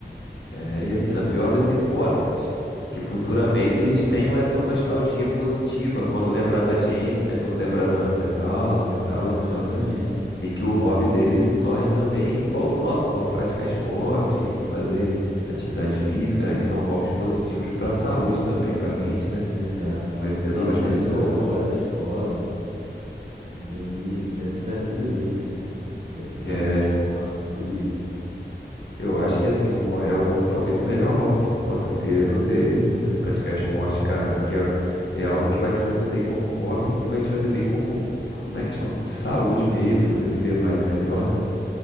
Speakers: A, on the left; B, on the right.
A: É, e assim, na pior das hipóteses, que futuramente eles tenham essa nostalgia positiva quando lembrar da gente,
B: Sim,
A: né? Quando
B: sim.
A: lembrar das nossas aulas e tal,
B: Exatamente.
A: dos nossos. E que o hobby deles se torne também igual o nosso, ho- praticar esporte, fazer atividade física, né? Que são hobbies positivos para a saúde
B: É,
A: também, para a mente, né?
B: Exato.
A: Conhecer
B: Que
A: novas
B: eles levem
A: pessoas.
B: pra fora da escola e aí levem pra vida deles, né? Essa, essa questão
A: É,
B: do esporte, tudo isso.
A: Eu acho que assim, um, ho- é o, talvez o melhor hobby que se possa ter é você
B: Uhum.
A: você praticar esporte, cara, porque é é algo que vai te fazer bem como hobby e vai te fazer bem como, como na questão de saúde mesmo, de você viver mais e melhor, né?